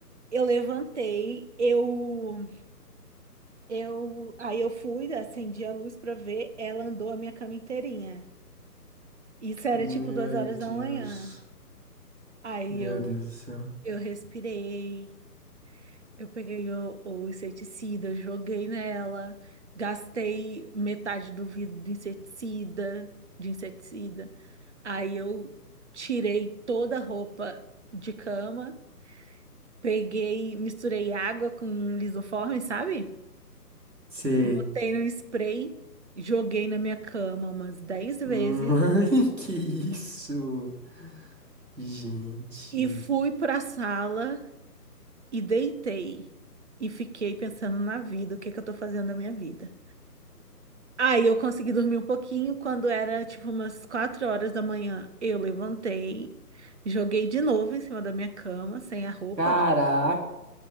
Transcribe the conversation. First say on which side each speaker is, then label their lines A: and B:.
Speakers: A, on the right; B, on the right.
A: eu levantei, eu eu aí eu fui, acendi a luz pra ver, ela andou a minha cama inteirinha. Isso era
B: Meu
A: tipo duas horas
B: Deus.
A: da manhã. Aí
B: Meu
A: eu
B: Deus do céu.
A: eu respirei, eu peguei o, o inseticida, eu joguei nela, gastei metade do vidro do inseticida, de inseticida. Aí eu tirei toda a roupa de cama, peguei, misturei água com um lisoforme, sabe?
B: Você.
A: Botei no spray, joguei na minha cama umas 10 vezes
B: Mãe, <laughs> que isso? Gente.
A: e fui pra sala e deitei. E fiquei pensando na vida, o que que eu tô fazendo da minha vida. Aí eu consegui dormir um pouquinho, quando era tipo umas 4 horas da manhã, eu levantei, joguei de novo em cima da minha cama, sem a roupa
B: Caraca!